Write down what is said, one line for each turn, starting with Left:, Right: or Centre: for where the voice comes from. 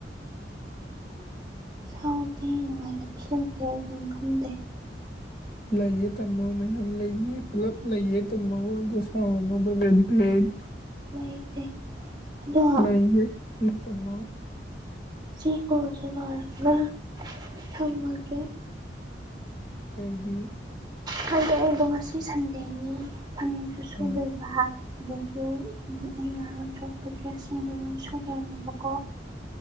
Right: ꯁꯥꯎꯗꯦ ꯅꯨꯡꯉꯥꯏꯇꯕꯁꯨ ꯂꯩꯇꯦ ꯀꯩꯝ ꯈꯟꯗꯦ
Left: ꯂꯩꯌꯦ ꯇꯝꯃꯣ ꯃꯌꯥꯝ ꯂꯩꯌꯦ ꯄꯨꯂꯞ ꯂꯩꯌꯦ ꯇꯝꯃꯣ ꯑꯗꯣ ꯁꯥꯎꯔꯅꫭꯕ ꯕꯦ ꯕꯦꯕ
Right: ꯂꯩꯇꯦ ꯑꯗꯣ
Left: ꯂꯩꯍꯦ ꯅꫭꯏ ꯇꯝꯃꫭ
Right: ꯁꯤ ꯀꫭꯜꯁꯦ ꯂꫭꯏꯔꯒ ꯊꯝꯃꯒꯦ
Left: ꯀꯩꯒꯤ
Right: ꯈꯪꯗꯦ ꯑꯩꯗꯣ ꯉꯁꯤ ꯁꯟꯗꯦꯅꯤꯅ ꯐꯅꯦꯛꯁꯨ ꯁꯨꯗꫭꯏꯕꯥ
Left: ꯎꯝ
Right: ꯑꯗꯒꯤ ꯎꯝ ꯑꯩ ꯉꯍꯥꯟꯅ ꯆꯣꯠꯄ ꯗ꯭ꯔꯦꯁꯁꯤꯡꯗꯣ ꯂꯣꯏ ꯁꯨꯗꯣꯏꯅꯦꯕꯀꯣ